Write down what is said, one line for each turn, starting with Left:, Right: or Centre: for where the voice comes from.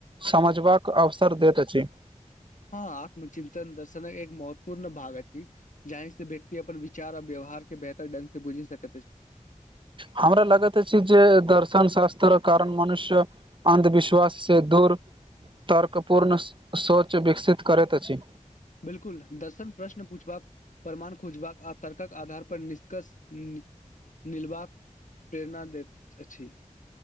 Right: समझबाक अवसर दैत अछि
Left: हँ आत्मचितन दर्शनक एक महत्वपूर्ण भाग अछि जहि से व्यक्ति अपन विचार आ व्यवहार के बेहतर ढंग से बुझि सकैत अछि
Right: हमरा लागैत अछि जे दर्शन शास्त्र कारण मनुष्य अन्धविश्वास से दूर तर्क पूर्ण सोच विकसित करैत अछि
Left: बिलकुल दर्शन प्रश्न पूछबाक प्रमाण खोजबाक आ तर्कक आधार पर निष्कर्ष निलबाक प्रेरणा दैत अछि